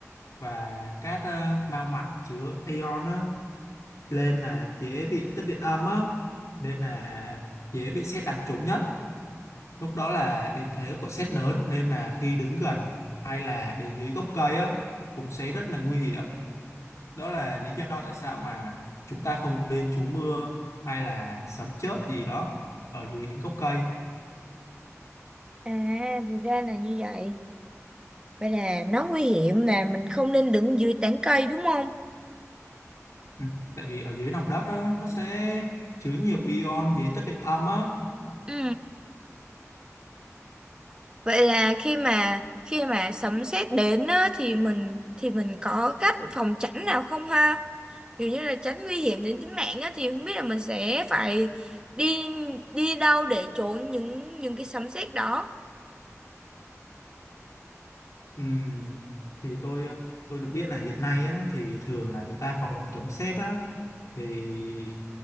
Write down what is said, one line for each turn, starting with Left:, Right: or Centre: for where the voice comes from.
Left: và các ờ, mao mạch chứa ion á, lên là dễ bị tích điện âm á, nên là dễ bị sét đánh trúng nhất. Lúc đó là điện thế của sét lớn nên là khi đứng gần hay là đứng dưới gốc cây á cũng sẽ rất là nguy hiểm đó là lý do tại sao mà chúng ta không nên trú mưa hay là sấm chớp gì đó ở dưới những gốc cây
Right: À, thì ra là như vậy. Vậy là nó nguy hiểm là mình không nên đứng dưới tán cây đúng không?
Left: ừ. tại vì ở dưới lòng đất á, nó sẽ chứa nhiều ion dễ tích điện âm á
Right: Ừ. Vậy là khi mà khi mà sấm sét đến á, thì mình thì mình có cách phòng tránh nào không ha? kiểu như là tránh nguy hiểm đến tính mạng á thì không biết là mình sẽ phải đi đi đâu để trốn những những cái sấm sét đó
Left: ừ. thì tôi tôi được biết là hiện nay á, thì thường là người ta phòng chống sét á thì